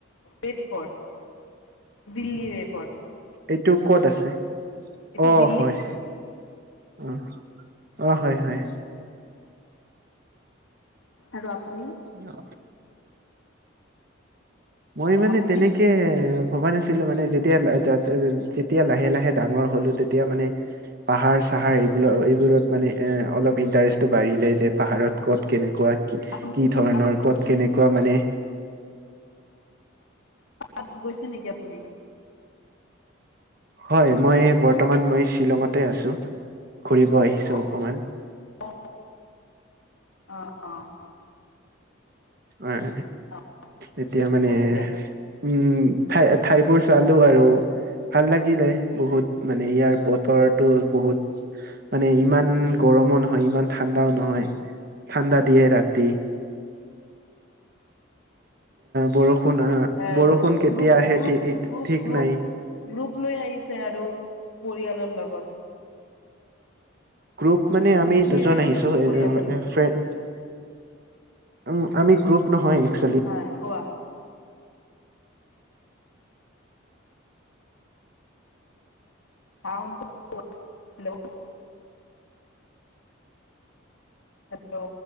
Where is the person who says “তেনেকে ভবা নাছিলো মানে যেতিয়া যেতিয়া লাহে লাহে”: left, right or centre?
Right